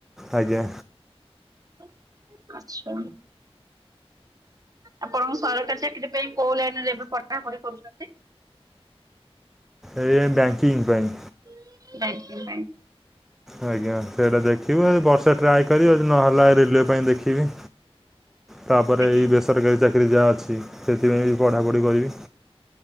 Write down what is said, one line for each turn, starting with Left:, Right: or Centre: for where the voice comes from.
Centre: ଆଜ୍ଞା।
Right: <inaudible> ଆଚ୍ଛା। ଆପଣ ସରକାରୀ ଚାକିରି ପାଇଁ କୋଉ ଲାଇନ ରେ ଏବେ ପଡାପଢି କରୁଛନ୍ତି?
Centre: ଏ ଏ ବ୍ୟାଙ୍କିଙ୍ଗ୍ ପାଇଁ।
Right: <unintelligible>
Centre: ଆଜ୍ଞା ସେଇଟା ଦେଖିବେ ବର୍ଷେ ଟ୍ରାଏ <unintelligible> ନହେଲା ରେଲୱେ ପାଇଁ ଦେଖିବି ତାପରେ
Right: ଆଜ୍ଞା।
Centre: ଏଇ
Right: ଆଚ୍ଛା
Centre: ସରକାରୀ ଚାକିରି ଯାହା ଅଛି ସେଥିପାଇଁ ବି ପଢ଼ାପଢ଼ି କରିବି।